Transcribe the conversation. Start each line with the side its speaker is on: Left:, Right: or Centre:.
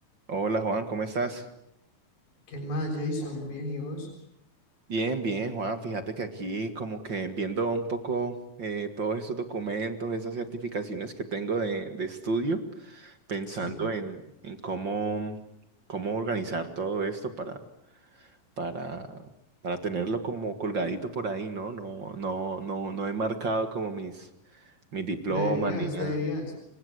Right: Hola Juan, ¿cómo estás?
Left: ¿Qué más, Jason? Bien, ¿y vos?
Right: Bien, bien Juan, fíjate que aquí como que viendo un poco eh, todos estos documentos, esas certificaciones que tengo de, de estudio, pensando
Left: Sí,
Right: en, en cómo, cómo organizar todo esto para, para, para tenerlo como colgadito por ahí, ¿no? No, no, no, no he marcado como mis, mis diplomas
Left: Deberías,
Right: Sí, ni nada.
Left: deberías.